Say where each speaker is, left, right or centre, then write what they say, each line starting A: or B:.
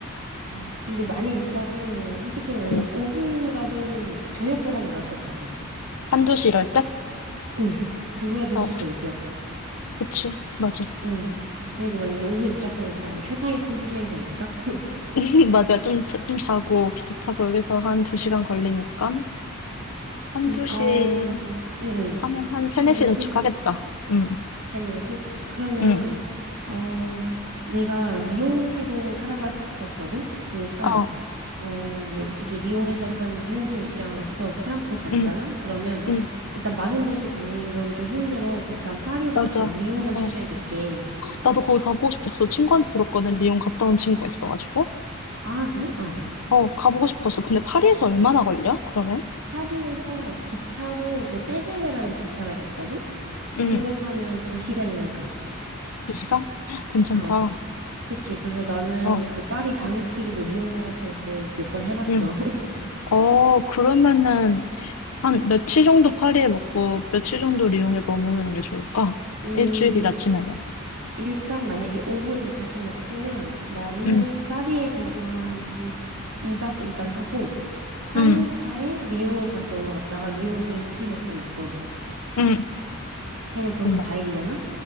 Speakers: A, on the right (about 70°); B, on the left (about 85°).
A: 아, 근데 많이 비싸면 뭐 솔직히 나는
B: 응.
A: 오후라도 저녁보단 나을 것 같아.
B: 한두 시 이럴 때?
A: 응. 그거라도
B: 어.
A: 솔직히 어디야.
B: 그치, 맞아.
A: 응. 그리고 만약에 오후에 도착하면 일단 최상의 컨디션이지 않을까? <laughs>
B: <laughs> 맞아. 좀, 자- 좀 자고, 기차 타고 여기서 한 두 시간 걸리니까, 한두
A: 근,
B: 시
A: 어, 음, 응, 응.
B: 하면 한 세네
A: 한두
B: 시
A: 시?
B: 도착하겠다. 응,
A: 세네시 그러면
B: 응,
A: 어 내가 리옹에도 살아봤었거든. 그니까
B: 어,
A: 어뭐 솔직히 리옹에서 산 현지인 입장으로서 프랑스 가잖아.
B: 응,
A: 그러면
B: 응,
A: 일단 많은 도시 도는 건 좀 힘들어. 그니까 파리랑
B: 맞아.
A: 리옹만
B: 어,
A: 추천해 줄게.
B: 나도 거기 가보고 싶었어. 친구한테 들었거든. 리옹 갔다 온 친구가 있어가지고.
A: 아, 그래? 어.
B: 어, 가보고 싶었어. 근데 파리에서 얼마나 걸려? 그러면?
A: 파리에서 기차로 그 떼제베라는 기차가 있거든.
B: 응,
A: 그거 타면 두시간이면 가.
B: 두 시간? <gasps> 괜찮다.
A: 아, 그치. 그래서 나는
B: 어,
A: 그 파리 당일치기도 리옹 살았을 때 몇 번 해봤어.
B: 응.
A: <laughs>
B: 어, 그러면은, 한 며칠 정도 파리에 묵고, 며칠 정도 리옹에 머무르는 게 좋을까?
A: 음,
B: 일주일이라 치면.
A: 일단 만약에 오후에 도착한다 치면 나는
B: 응,
A: 파리에 그래도 한 2박 일단 하고 3일
B: 응,
A: 차에 리옹을 가서 넘어갔다가 리옹에서 이틀만 있어.
B: 응.
A: 그러면 벌써
B: 잠깐만.
A: 4일이잖아?